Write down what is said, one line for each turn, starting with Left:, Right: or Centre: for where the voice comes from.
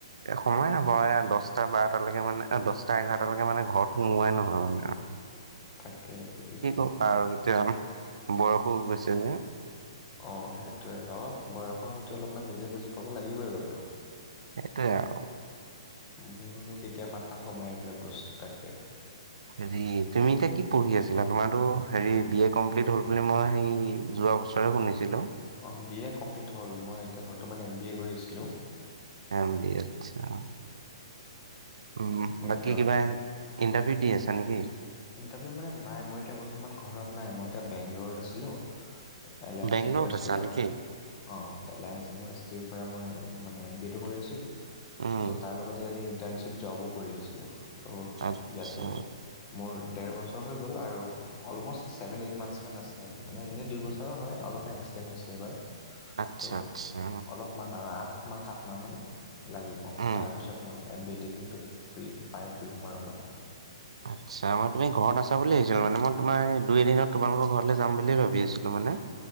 Right: এ সময় নাপাওঁ এয়া দছটা বাৰটালেকে মানে দছটা এঘাৰটালেকে মানে ঘৰত সোমোৱাই নহয় মানে আ।
Left: অ তাকেই বোল-
Right: কি কবা আৰু এতিয়া বয়সো হৈ গৈছে যে।
Left: অহ সেইটোৱে অলপ বয়সৰ সৈতে অলপমান নিজে বুজি পাব লাগিবই বাৰু।
Right: সেইটোৱে আৰু।
Left: মোৰনো কেতিয়া মাথাত সোমাই এইবিলাক বস্তু তাকে।
Right: হেৰি তুমি এতিয়া কি পঢ়ি আছিলা তোমাৰো হেৰি বি এ কমপ্লিট হল বুলি মই হেৰি যোৱা বছ- ছৰে শুনিছিলোঁ।
Left: অহ বি এ কমপ্লিট হ'ল মই এতিয়া বৰ্তমান এম বি এ কৰি আছিলোঁ।
Right: এম বি আচ্ছা, উম
Left: মই
Right: বাকী
Left: এতিয়া
Right: কিবা এ ইণ্টাৰভিউ দি আছা নেকি?
Left: ইণ্টাৰভিউ মানে নাই মই এতিয়া বৰ্তমান ঘৰত নাই মই এতিয়া বেংগলৰত আছিলোঁ। এলায়েন্স
Right: বেংগলৰত
Left: ইউনিভাৰ্ছিটি
Right: আছা
Left: পৰা
Right: নেকি
Left: অহ এলায়েন্স ইউনিভাৰ্চিটিৰ পৰা মই মানে এম বি এটো কৰি আছো।
Right: উম
Left: ত তাৰ লগতে ইয়াতে ইণ্টাৰ্ণশ্বিপ জবো কৰি আছিলোঁ ত
Right: আচ্ছা
Left: ইয়াতে মোৰ ডেৰ বছৰ হৈ গ'ল আৰু অলম'ষ্ট ছেভেন এইট মান্থছমান আছে আৰু মানে এনেই দুই বছৰৰ হয়। অলপমান এক্সটেণ্ড হৈছে, এইবাৰ
Right: আচ্ছা
Left: ত
Right: আচ্ছা
Left: অলপমান আৰু আঠ মাহ সাত মাহমান লাগিব
Right: উম
Left: তাৰপিছত মই এম বি এ ডিগ্ৰীটো ফ্ৰী পাই ফ্ৰী সোৰ্মাম মানে।
Right: আচ্ছা মই তুমি ঘৰত আছা বুলি ভাবিছিলো মানে মই তোমাৰ দুই এদিনত তোমালোকৰ ঘৰলৈ যাম বুলিয়ে ভাবি আছিলো মানে।